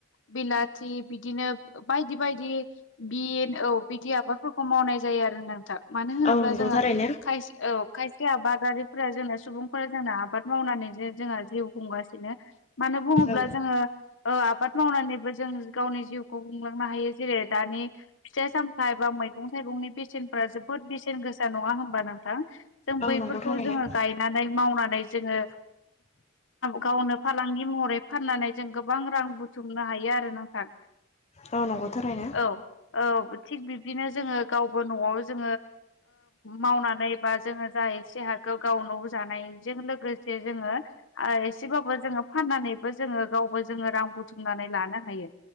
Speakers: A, on the left; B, on the left.
A: बिलाथि बिदिनो बायदि बायदि बिन औ बिदि। आबादफोरखौ मावनाय जायो आरो नोंथां मानो होनोब्ला
B: औ नंगौ
A: जोङो
B: थारैनो
A: खाय औ खायसे आबादारिफोरा जोंना सुबुं फोरा जोंना आबाद मावनानै जे जोंहा जिउ खुंगासिनो मानो बुङोब्ला
B: औ
A: जोङो आबाद मावनानै। जों गावनि जिउखौ खुंलांनो हायो जेरै दानि फिथाइ सामथाइ एबा मैगं थाइगंनि बेसेनफोरा जोबोद बे सेन गोसा नङा होनोमबा नोंथां जों बैफोरखौ
B: औ नंगौ थारैनो
A: जोङो गायनानै मावनानै जोङो। गावनो फालांगि महरै फाननानै जों गोबां रां बुथुमनो हायो आरो नोंथां।
B: औ नंगौ थारैनो
A: औ औ थिग बिदिनो जोङो गावबो न'आव। जो मावनानै बा जोङो जसे हाखौ गावनो। जानायजों लोगोसे जोङो एसेबाबो जोङो फाननानैबो जोङो गावबो जोङो रां। बुथुमनानै लानो हायो